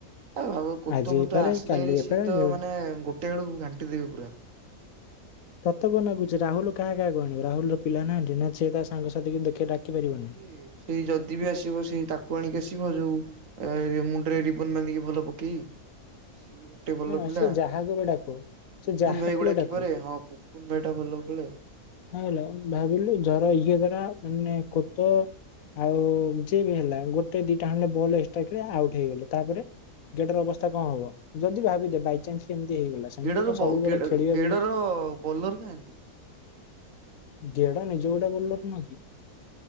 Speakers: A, on the right; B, on the left.
A: ଆ ଭାବୁ କୁତୁପୁତ
B: ଆଜି ହେଇପାରେ
A: ଆସିଲେରି
B: କାଲି ହେଇପାରେ
A: ସି ତ
B: ଯେ-
A: ମାନେ ଗୋଟେ ବେଳକୁ ଘାଣ୍ଟି ଦେବି ପୁରା।
B: ତତେ କଣ ଲାଗୁଛି ରାହୁଲ କାହା କାହାକୁ ଆଣିବ ରାହୁଲ ର ପିଲା ନାହାନ୍ତି। ନିଜେ ତା ସାଙ୍ଗସାଥି ଦେଖଆ ଡା ପରିବନି।
A: କିଏ ସେଇ ଯଦି ବି ଆସିବ ସେଇ ତାକୁ ଆଣିକି ଆସିବ ଯୋଉ ମୁଣ୍ଡରେ ରିବନ ବାନ୍ଧିକି ଭଲ ପ କି ସିଏ ଗୋଟେ ଭଲ
B: ହଁ
A: ପିଲା
B: ସେ ଯାହାକୁ ବି ଡାକୁ ସେ
A: ପୁପୁନ
B: ଯାହାକୁ
A: ଭାଇ କୁ
B: ବି
A: ଡାକିପରେ
B: ଡାକୁ
A: ହଁ ପୁପୁନ ଭାଇ ଟା ଭଲ ଖେଳେ
B: ହଁ ଭାବିଲୁ ଜର ଇଏ ଧାର ମାନେ କୋତ ଆଉ ଯିଏ ବି ହେଲା ଗୋଟେ ଦିଟା ଖଣ୍ଡେ ବଲ ଏକ୍ସଟ୍ରା ଖେଳ ଆଉଟ ହେଇଗଲେ ତାପରେ ଗେଡ ର ଅବସ୍ଥା କଣ ହବ ଯଦି ଭାବିଦେ ବାଇଚାନ୍ସ କେମତି ହେଇଗଲା ସେମିତି
A: ଗେଡର
B: କଣ
A: ବ
B: ସବୁବେଳେ
A: ଗେଡ
B: ଖେଳିବ
A: ଗେଡର
B: ବୋଲେ
A: ବୋଲର କାହାନ୍ତି?
B: ଯୋଡ଼ା ନିଜ ଗୋଟେ ବୋଲର ନୁହେଁ କି?